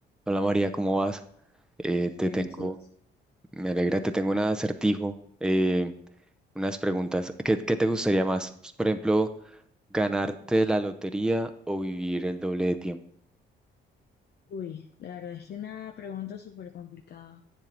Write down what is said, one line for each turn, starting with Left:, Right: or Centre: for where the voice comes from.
Centre: Hola María, ¿cómo vas? Eh, te
Left: María
Centre: tengo,
Left: Jesús,
Centre: me alegra, te tengo un acertijo, eh, unas preguntas. ¿Qué, qué te gustaría más? Pues, Por ejemplo, ¿ganarte la lotería o vivir el doble de tiempo?
Left: uy, la verdad es que una pregunta súper complicada,